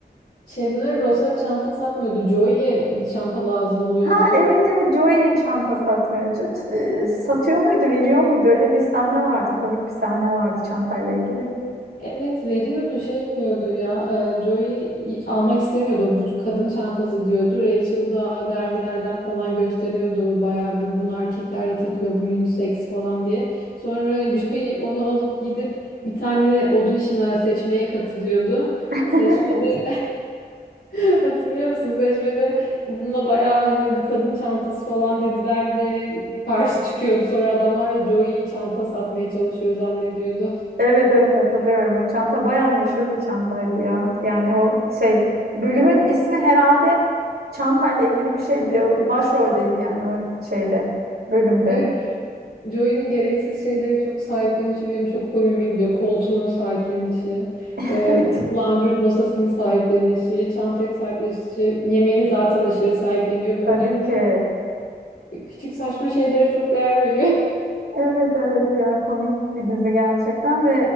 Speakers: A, on the left; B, on the right.
A: Chandler Ross'a çanta satmıyordu, Joey'e bir çanta lazım oluyordu.
B: Ha evet evet Joey çanta satmaya ç- e, satıyor muydu veriyor muydu öyle bir sahne vardı komik bir sahne vardı çantayla ilgili.
A: Evet veriyordu şey yapıyordu ya e, Joey almak istemiyordu bu kadın çantası diyordu Rachel da dergilerden falan gösteriyordu bayağı bir bunu erkekler de takıyor bu unisex falan diye sonra <laughs> Joey onu alıp gidip bir tane audition'a seçmeye katılıyordu
B: <laughs>
A: seçmede <laughs> hatırlıyor musun seçmede bununla bayağı hani bu kadın çantası falan dediler diye karşı çıkıyordu sonra adamlar da Joey'yi çanta satmaya çalışıyor zannediyordu.
B: Evet evet hatırlıyorum. O çanta bayağı meşhur bir çantaydı ya. Yani o şey bölümün ismi herhalde çantayla ilgili bir şeydi. O başroldeydi yani o şeyde bölümde.
A: Evet Joey'nin gereksiz şeyleri çok sahiplenişi benim çok komiğime gidiyor. Koltuğunu sahiplenişi,
B: <laughs>
A: e,
B: Evet
A: langırt masasını sahiplenişi, çantayı sahiplenişi, şey, yemeğini zaten aşırı sahipleniyor. Böyle
B: tabii ki.
A: küçük saçma şeylere çok değer veriyor. <laughs>
B: Evet evet ya komik bir dizi gerçekten ve